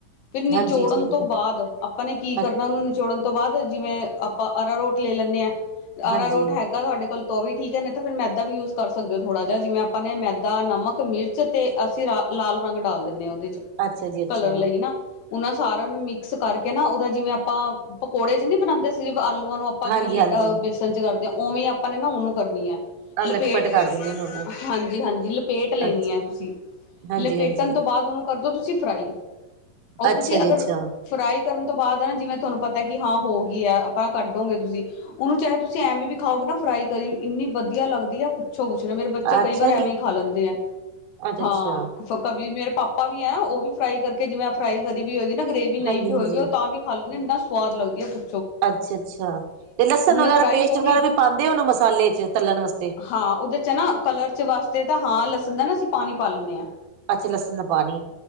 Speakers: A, on the left; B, on the right.
A: ਫੇਰ ਨਿਚੋੜਨ
B: ਹਾਂਜੀ ਠੀਕ
A: ਤੋਂ ਬਾਦ ਆਪ ਆਪਾਂ ਨੇ
B: ਹੈ
A: ਕੀ ਕਰਨਾ ਓਨੂੰ ਨਿਚੋੜਨ ਤੋਂ ਬਾਦ ਜਿਵੇਂ ਆਪਾਂ ਆਰਾਰੋਟ ਲੈ ਲੈਂਦੇਆਂ। ਆਰਾਰੋਟ
B: ਹਾਂਜੀ
A: ਹੈਗਾ ਤੁਆਡੇ ਕੋਲ ਤ ਓ ਵੀ ਠੀਕੈ ਤਾਂ ਫੇਰ ਮੈਦਾ ਵੀ ਯੂਜ਼ ਕਰ ਸਕਦੇਓ ਥੋੜ੍ਹਾ ਜੇਆ ਜਿਵੇਂ ਆਪਾਂ ਨੇ ਮੈਦਾ, ਨਮਕ, ਮਿਰਚ ਤੇ ਅਸੀਂ ਲਾਲ ਰੰਗ ਡਾਲ ਦਿੰਨੇ ਆਂ ਓਦੇ ਚ
B: ਅੱਛਾ ਜੀ ਅੱਛਾ
A: ਕਲਰ ਲਈ ਨਾ। ਓਨਾਂ ਸਾਰੇਆਂ ਨੂੰ ਮਿਕਸ ਕਰਕੇ ਨਾ ਓਦਾ ਜਿਵੇਂ ਆਪਾਂ ਪਕੌੜੇ ਜ ਨੀ ਬਣਾਦੇ ਸੀ, ਆਲੂਆਂ ਦਾ ਆਪਾਂ ਜਿਵੇਂ
B: ਹਾਂਜੀ
A: ਲਹ
B: ਹਾਂਜੀ
A: ਬੇਸਣ ਚ ਕਰਦੇ ਹਾਂ ਓਵੇਂ ਆਪਾਂ ਨੇ ਨਾ ਓਨੂੰ ਕਰਨੀ ਐ।
B: ਆਹ
A: ਲਪੇਟ,
B: ਲਟਪਟ ਕਰ ਦਿੰਦੇ ਨੇ ਉਹਨੂੰ
A: ਹਾਂਜੀ-ਹਾਂਜੀ ਲਪੇਟ ਲੈਨੀ
B: ਅੱਛਾ
A: ਆ ਤੁਸੀਂ
B: ਹਾਂਜੀ
A: ਲਪੇਟਨ
B: ਹਾਂਜੀ
A: ਤੋਂ ਬਾਦ ਕਰਦੋ ਤੁਸੀਂ ਫਰਾਈ ਓ
B: ਅੱਛਾ
A: ਤੁਸੀਂ
B: ਜੀ
A: ਅਗਰ
B: ਅੱਛਾ
A: ਫਰਾਈ ਕਰਨ ਤੋਂ ਬਾਦ ਨਾ ਜਿਵੇਂ ਤੁਆਨੂੰ ਪਤਾ ਕਿ ਹਾਂ ਗਈ ਐ ਹਾ, ਆਪਾਂ ਕੱਢੋਗੇ ਤੁਸੀਂ ਓਨੂੰ ਚਾਹੇ ਤੁਸੀਂ ਐਵੇਂ ਵੀ ਖਾਓਗੇ ਨਾ ਫਰਾਈ ਕਰੀ ਏਨੀ ਵਦੀਆ ਲੱਗਦੀ ਐ। ਪੁੱਛੋ ਕੁਛ ਨਾ ਮੇਰੇ ਬੱਚਾ
B: ਅੱਛਾ
A: ਕਈ ਵਾਰ ਐਵੇਂ
B: ਜੀ,
A: ਹੀ ਖਾ ਲੈਂਦੇ ਆ,
B: ਅੱਛਾ-ਅੱਛਾ,
A: ਹਾਂ। ਕਵੀ ਮੇਰੇ ਪਾਪਾ ਵੀ ਹੈ ਓਵੀ ਫਰਾਈ ਕਰਕੇ ਜਿਵੇਂ ਫਰਾਈ ਕਰੀ ਵੀ ਹੋਏਗੀ ਨਾ ਗਰੇਵੀ ਵੀ ਨਈ
B: ਹਾਂਜੀ-ਹਾਂਜੀ,
A: ਵੀ ਓ ਤਾਂ ਵੀ ਖਾ ਏਨਾ ਸਵਾਦ ਲੱਗਦੀ ਐ, ਪੁੱ
B: ਅੱਛਾ-ਅੱਛਾ, ਤੇ ਲਸਣ ਵਗੈਰਾ
A: ਫਰਾਈ
B: ਪੇਸਟ
A: ਹੋ
B: ਵਗੈਰਾ
A: ਗਈ
B: ਵੀ ਪਾਦੇ ਓਨੂੰ ਮਸਾਲੇ ਚ ਤਲਣ ਵਾਸਤੇ।
A: ਹਾਂ ਓਦੇ 'ਚ ਨਾ ਕਲਰ ਵਾਸਤੇ ਤਾਂ ਹਾਂ ਲਸਣ ਦਾ ਨਾ ਅਸੀਂ ਪਾਣੀ ਪਾ ਲੈਂਦੇ ਆ।
B: ਅੱਛਾ ਲਸਨ ਦਾ ਪਾਨੀ,